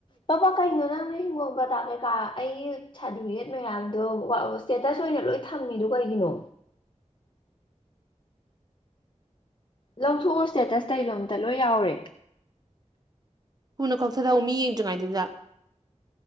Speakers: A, on the left; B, on the right.
A: <inaudible> ꯀꯩꯅꯣ ꯅꯪ ꯂꯩꯕꯣ ꯄꯗꯥ ꯀꯩꯀꯥ ꯑꯩꯒꯤ ꯁꯥꯔꯇꯤꯐꯤꯀꯦꯠ ꯃꯌꯥꯝꯗꯣ <unintelligible> ꯁ꯭ꯇꯦꯇꯁ ꯑꯣꯏꯅ ꯂꯣꯏ ꯊꯝꯃꯤꯗꯨ ꯀꯩꯒꯤꯅꯣ ꯂꯧꯊꯣꯛꯑꯣ ꯁ꯭ꯇꯦꯇꯁꯇꯩꯗꯣ ꯑꯝꯇ ꯂꯣꯏ ꯌꯥꯎꯔꯦ
B: ꯊꯨꯅ ꯀꯛꯊꯠꯂꯧ ꯃꯤ ꯌꯦꯡꯗ꯭ꯔꯤꯉꯩꯗꯨꯗ